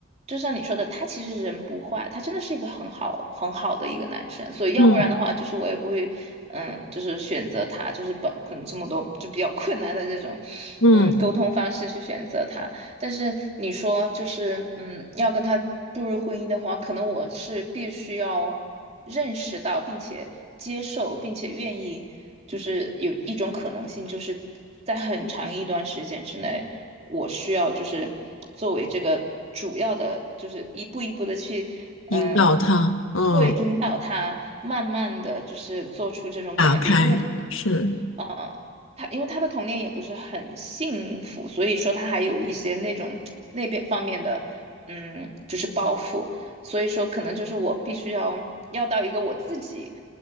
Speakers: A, on the right; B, on the left.
A: 就像你说的，他其实人不坏，他真的是一个很好很好的一个男生，所以要不然的话，
B: 嗯
A: 就是我也不会，嗯，就是选择他，就是把可能这么多就比较困难的这种，
B: 嗯，
A: 嗯，沟通方式去选择他。但是你说就是，嗯，要跟他步入婚姻的话，可能我是必须要认识到，并且接受，并且愿意，就是有一种可能性，就是在很长一段时间之内，我需要就是作为这个主要的，就是一步一步的去，嗯，
B: 引导他，嗯，
A: 会引导他慢慢的就是做出这种改变，
B: 打开，
A: 因为他。
B: 是。
A: 呃，他因为他的童年也不是很幸福，所以说他还有一些那种那边方面的，嗯，就是包袱，所以说可能就是我必须要要到一个我自己